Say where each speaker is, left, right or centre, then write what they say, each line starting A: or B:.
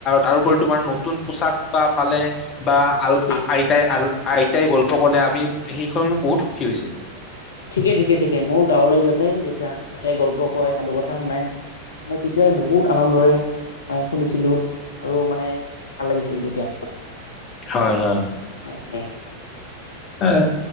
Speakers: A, on the left; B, on the left.
A: তাৰোপৰি তোমাৰ নতুন পোচাক পা পালে বা আল
B: ঠিকেই
A: আইতাই আল আইতাই গল্প ক'লে আমি সেইসময়ত বহুত সুখী হৈছিলো
B: ঠিকে ঠিকে ঠিকে মোৰ গাঁৱলৈ যাতে যেতিয়া আইতাই গল্প কয় সাধু কথা শুনাই মই তেতিয়াই বহুত আনন্দৰে মই শুনিছিলো আৰু মই মানে ভাল লাগিছিল তেতিয়া
A: হয় হয়
B: হয় হয়
A: এ